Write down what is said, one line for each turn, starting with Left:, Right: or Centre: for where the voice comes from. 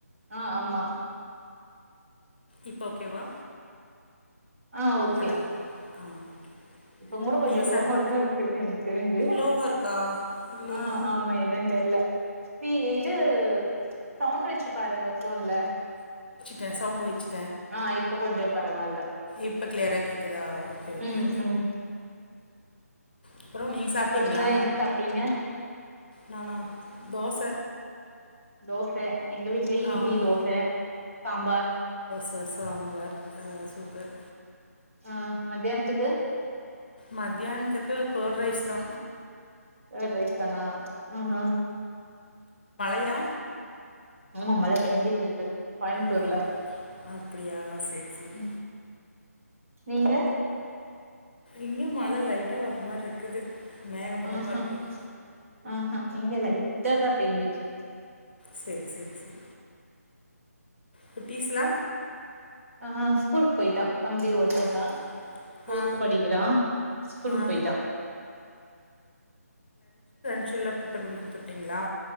Right: ஆஹ ஆமா.
Left: இப்ப ஓகேவா.
Right: ஆஹ ஓகே.
Left: ஹலோ ஆ ஓகே
Right: இப்ப கூட கொஞ்சோ
Left: நீங்க
Right: லோவாதா
Left: சாப்
Right: இருக்கு எனக்கு தெரிஞ்சு.
Left: லோவா இருக்கா இல்லையே
Right: ஆஹ ஆமா என்னன்னு தெரியல. பி இது சவுண்ட் வச்சு பாருங்க போன்ல.
Left: ட சவுண்ட் வச்சு.
Right: ஆஹ் இப். இப்ப கொஞ்சோ பரவால்ல.
Left: இப்ப கிளியரா கேக்குதா ஓகே ஓகே.
Right: ம் ம்
Left: அப்றோ நீங்க சாப்ட்டீங்களா
Right: சொல்லுங்க என்ன சாப்டீங்க.
Left: நானா தோச.
Right: தோச. எங்க வீட்லயே இட்லி
Left: ஆமா
Right: தோச சாம்பார்.
Left: ச சாம்பார் ஹ சூப்பர்.
Right: ஆஹ மதியானத்துக்கு.
Left: மதியானத்துக்கு கோர்டு ரைஸ்தா.
Right: கோர்டு ரைஸ்தானா ஆஹா.
Left: யா.
Right: ஆமா மழ பெயிஞ்சிட்டு இருக்கு. கோயம்புத்தூர்ல
Left: ஆ அப்படியா சரி சரி
Right: உம். நீங்க.
Left: இங்கும் மழ லைட்டா வர்ர மாரி இருக்குது. மேகமூட்டமாக
Right: ஆஹ்ஹ்
Left: இருக்குது
Right: ஆஹ்ஹ் இங்க லைட்டா தா பேய்சிட்டு இருக்
Left: செரி செரி செரி குட்டீஸ்லா
Right: ஆஹ் ஸ்கூலுக் போயிட்டா தம்பி ஒருத்த
Left: ஆ
Right: தா ஃபோர்த்
Left: ஆ
Right: படிக்கிறா ஸ்கூலுக்கு
Left: ஆ
Right: போயிட்டா
Left: லஞ்ச்ல்லாம் ப்ரிப்பேர் பண்ணிடுத்துட்டீங்களா